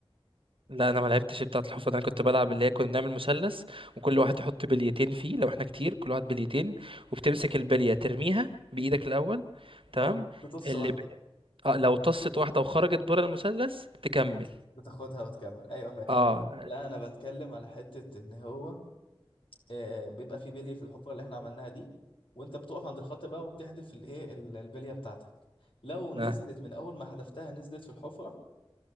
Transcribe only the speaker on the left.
اه تطص
واحدة
بتاخد- بتاخدها وتكمل ايوه فاهم
لا انا بتكلم على حتة ان هو آه بيبقى في بلي في الحفرة اللي احنا عملناها دي وانت بتقف عند الخط بقى وبتحدف الايه ال- البلية بتاعتك لو نزلت
من اول ما حدفتها نزلت في الحفرة